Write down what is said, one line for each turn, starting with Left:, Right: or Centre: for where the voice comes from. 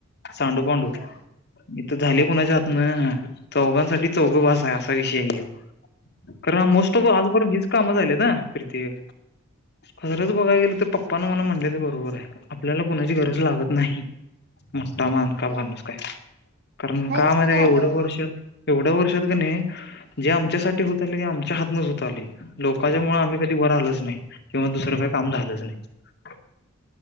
Left: सांडू पांडू.
Right: होय
Left: इथ झालय कुणाच्या हातन? चौघांसाठी चौघ बास हाय असा विषय हाय ह्यो. कारण मोस्ट ऑफ आजपर्यंत हीच काम झालेत ना फिरतीवर खरच बघायला गेलं तर, पप्पाानं मला म्हटलय ते बरोबर हाय, आपल्याला कुणाची गरज लागत नाही. मोठा मान का
Right: होय
Left: बांधलास काय? कारण
Right: नाहीच
Left: का माहितीए
Right: की लागत.
Left: एवढं वर्ष एवढ्या वर्षात कनी, जे आमच्यासाठी होत आलय ते आमच्या हातूनच होत आलय, लोकांच्यामुळ आम्ही कधी वर आलंच नाही, किंवा दुसरं का काम झालंच नाही.